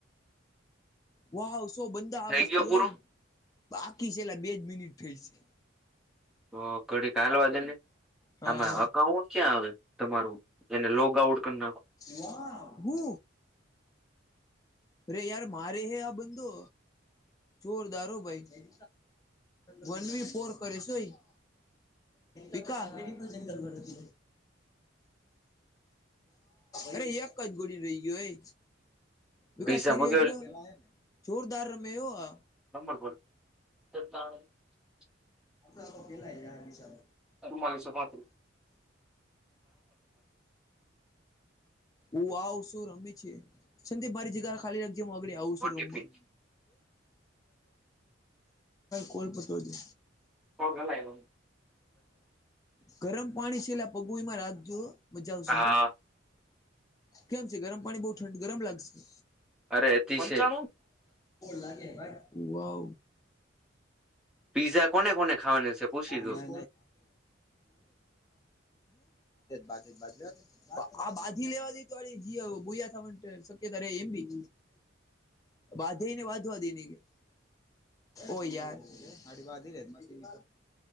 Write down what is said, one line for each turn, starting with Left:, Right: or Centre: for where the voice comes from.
Left: વાહ સો બંદા આવેજથી
Centre: થઈ ગયો પૂરો
Left: હોય બાકી છે એલા બેજ મિનિટ થઈ છે.
Centre: ઓ ઘડી કાલવાજને
Left: હા
Centre: આમાં અકાઉન્ટ ક્યાં આવે તમારું એને લોગ આઉટ કરનાખો
Left: વાહ હુ અરે યાર મારે હે આ બંધો જોરદારો ભાઈ વન વી ફોર કરશુંય એ પા કેટ પણ જંગલ કર છે અરે એક જ ગોડી રહી ગયો. વિકાસ
Centre: પૈસા
Left: સીરસ
Centre: મગાવેલ
Left: લો જોરદાર રમે અ.
Centre: ન <unintelligible>
Left: આપ પેલા હિસાબ
Centre: રૂમાલે છ બાથરૂમ
Left: ઓ આ ઓસો રમે છે. સંંતે મારી જગા ખાલી રાખજેુંગળ આવું છું
Centre: ઓટીપી
Left: રૂમમાં. કોલ પતો છે.
Centre: કોલ કવ આવે
Left: ગરમ પાણી છેલ્લા પગમાં રાખજો મજા આવશે.
Centre: હા
Left: કેમ છે ગરમ પાણી બહુ ઠડ ગરમ લાગશે..
Centre: અરે અતિશય
Left: લાગે ભાઈ વા
Centre: પિઝા કોને કોને ખાવાનું છે. પૂછી
Left: બાધધ
Centre: દો
Left: બાધ બા બાજ <unintelligible> આ બાંધી લેવા દઈ તો બોયા થવા શક્યતા રે એમ બી બાંધી ને બાંધવા દેને કે. ઓ યાર હારી વાંધી રે મશીન